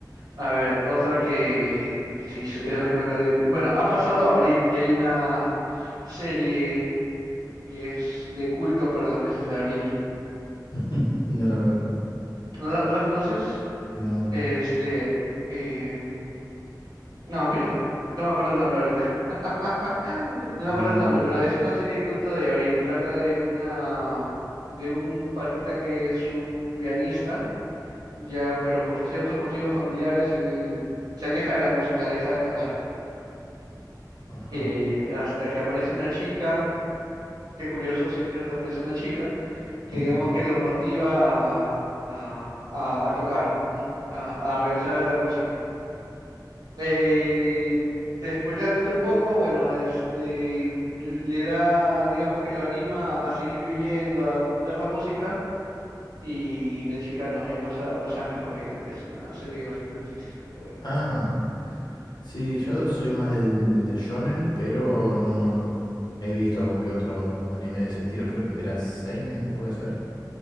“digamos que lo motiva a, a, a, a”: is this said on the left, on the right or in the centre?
Right